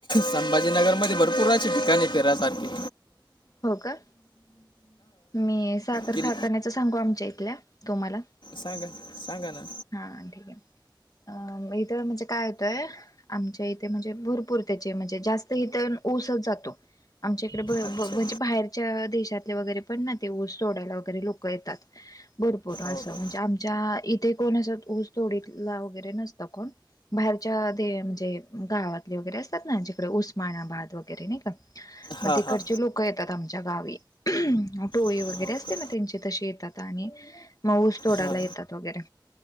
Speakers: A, on the left; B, on the left.
A: संभाजीनगरमध्ये भरपूर असे ठिकाण हाय फिरासाठी.
B: हो का. मी साखर
A: किल
B: कारखान्याच सांगू आमच्या इथल्या तुम्हाला?
A: सांगा सांगा ना.
B: हा ठीक आहे. अ इथ म्हणजे काय होतंय? आमच्या इथे म्हणजे भरपूर त्याचे म्हणजे जास्त इथ ऊसच जातो. आमच्या इकडे ब
A: अच्छा
B: ब म्हणजे बाहेरच्या देशातले वगैरे पण ना ते ऊस तोडायला वगैरे लोक येतात. भरपूर असं
A: हो का
B: म्हणजे आमच्या इथे कोण असं ऊस तोडीला वगैरे नसतं कोण. बाहेरच्या दे म्हणजे गावातले वगैरे असतात ना जिकडे उस्मानाबाद वगैरे नाही का. मग
A: हां
B: तिकडं
A: हां
B: लोक येतात आमच्या गावी. टोळी
A: हो
B: वगैरे असते
A: का
B: ना त्यांचे तसे येतात आणि मग ऊस तोडायला
A: हां
B: येतात वगैरे